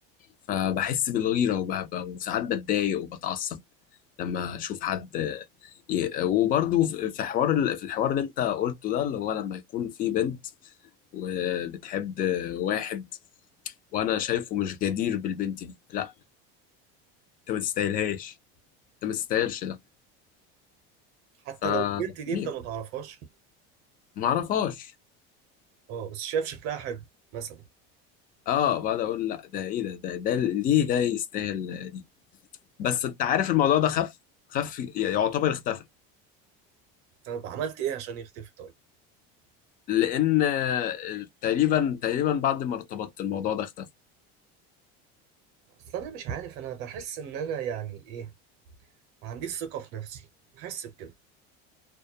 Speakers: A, on the left; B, on the right.
A: فبحس بالغيره وبهبه وساعات بتضايق وبتعصب لما اشوف حد ي- وبرضه في في حوار ال- في الحوار اللي انت قلته ده اللي هو لما يكون في بنت وبتحب واحد وانا شايفه مش جدير بالبنت دي لا انت ما تستاهلهاش انت ما تستاهلش ده
B: حتى
A: ف
B: لو البنت دي
A: ليه؟
B: انت ما تعرفهاش
A: ما اعرفهاش
B: اه بس شايف شكلها حلو مثلا
A: اه بعد اقول لا ده ايه ده ده, ده ليه ده يستاهل دي بس انت عارف الموضوع ده خف خف يعتبر اختفى
B: طب عملت ايه عشان يختفي طيب
A: لان تقريبا تقريبا بعد ما ارتبطت الموضوع ده اختفى
B: اصل انا مش عارف انا بحس ان انا يعني ايه ما عنديش ثقة في نفسي بحس بكده